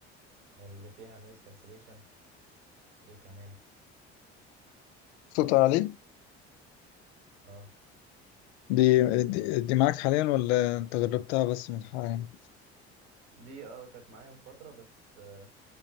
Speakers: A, on the right; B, on the left.
A: اللي فيها نويز كانسليشن ايه كمان
B: صوت عالي
A: اه
B: دي دي, دي معاك حاليا ولا انت جربتها بس من حاليا
A: دي اه كانت معايا من فتره بس آه